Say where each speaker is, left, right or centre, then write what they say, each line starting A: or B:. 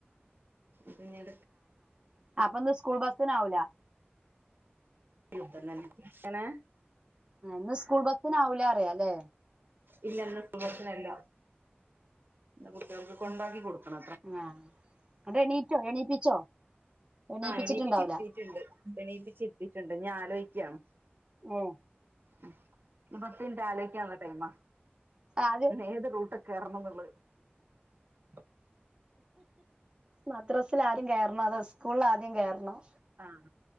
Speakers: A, on the right; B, on the right.
A: എങ്ങനെ
B: ഹഅപ്പൊ ഒന്ന് സ്കൂൾ ബസന് ആാവൂല
A: അങനെ
B: ന്ന് സ്കൂൾ ബസ്സിനാവൂല അറിയാ അല്ലേ
A: ഇല്ല ഇന്ന് സ്കൂൾബസ് ന് അല്ല ഇന്ന കുട്ടികൾക്ക് കൊണ്ടാക്കി കൊടുക്കും
B: ആഹ് എന്നിട്ട് എണീറ്റോ എണീപ്പിച്ചോ എണീപ്പിച്ചിട്ടുണ്ടാവൂല
A: എണിപ്പിച്ച് ഇരുത്തിയിട്ടുണ്ട് ണീപ്പിച്ചിത്തിട്ടുണ്ട് ഞാൻ ആലോചിക്കയാണ്
B: ഓ
A: ഉ ഇ പത്തിന്റെ ആലോക്കാണുള്ള ടൈം
B: ആദ്യം
A: ഏത് റൂട്ട കയറണംന്നുള്ള ഹും
B: മദ്രാസൽ ആരം കേയറണോ അതോ സ്കൂളിൽ ആദ്യം കയറണം
A: ആഹ